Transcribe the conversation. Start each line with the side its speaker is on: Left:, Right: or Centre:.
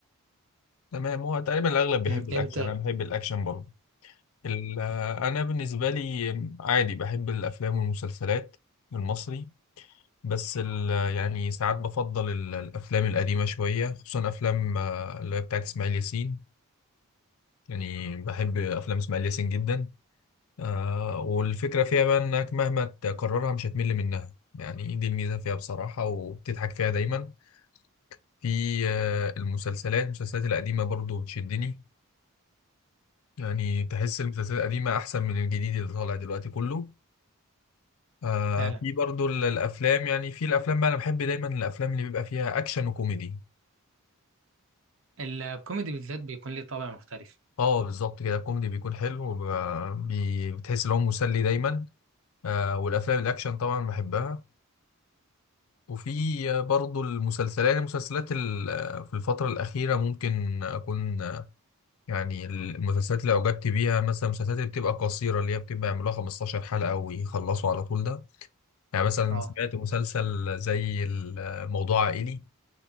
Left: تمام هو تقريبا الاغلب بيحب
Right: م،
Left: الاكشن
Right: أنت
Left: انا بحب الاكشن برضه ال- آه، انا بالنسبه لي عادي بحب الافلام والمسلسلات المصري بس ال- يعني ساعات بفضل ال- الافلام القديمه شويه خصوصا افلام آه، اللي هي بتاعت اسماعيل ياسين يعني بحب افلام اسماعيل ياسين جدا آه، والفكره فيها بقى انك مهما تكررها مش هتمل منها يعني دي الميزه فيها بصراحه وبتضحك فيها دايما في آه، المسلسلات المسلسلات القديمة برضو بتشدني يعني تحس المسلسلات القديمة أحسن من الجديد اللي طالع دلوقتي كله آه
Right: فعلا
Left: في برضو ال- الأفلام يعني في الأفلام بقى أنا بحب دايما الأفلام اللي بيبقى فيها أكشن وكوميدي
Right: الكوميدي بالذات بيكون ليه طابع مختلف
Left: اه بالظبط كده الكوميدي بيكون حلو وب- بي- بتحس إن هو مسلي دايما آه والأفلام الأكشن طبعا بحبها وفي آه، برضو المسلسلات المسلسلات ال- آه، في الفترة الأخيرة ممكن أكون يعني المسلسلات اللي أعجبت بيها مثلا المسلسلات اللي بتبقى قصيرة اللي هي بتبقى يعملوها 15 حلقة ويخلصوا على طول ده يعني مثلا
Right: اه
Left: سمعت مسلسل زي ال- موضوع عائلي